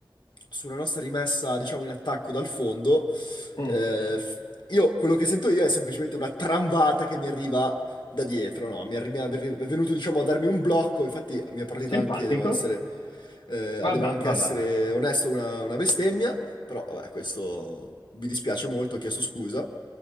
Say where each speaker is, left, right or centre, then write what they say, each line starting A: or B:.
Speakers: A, on the left (about 70°); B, on the left (about 90°).
A: su una nostra rimessa, diciamo, in attacco dal fondo,
B: mm.
A: eh, f- io quello che sento io è semplicemente una tramvata che mi arriva da dietro, no? Mi arri- mi arri- è venuto, diciamo, a darmi un blocco, infatti la mia partita
B: Simpatico.
A: anche, devo essere, eh,
B: Vabbè,
A: devo anche
B: vabbè.
A: essere onesto, una, una bestemmia, però vabbè, questo mi dispiace molto, ho chiesto scusa.